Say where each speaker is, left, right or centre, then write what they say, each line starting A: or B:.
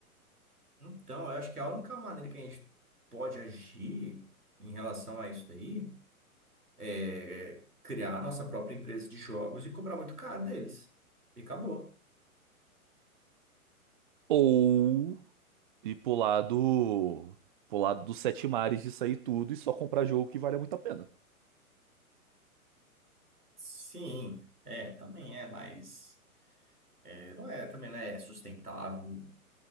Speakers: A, on the right (about 85°); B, on the right (about 35°).
A: Então, eu acho que a única maneira que a gente pode agir em relação a isso daí é é criar a nossa própria empresa de jogos e cobrar muito caro deles. E acabou.
B: Ou. e pro lado, pro lado dos sete mares de sair tudo e só comprar jogo que vale muito a pena.
A: Sim, é, também é, mas é, não é, também não é sustentável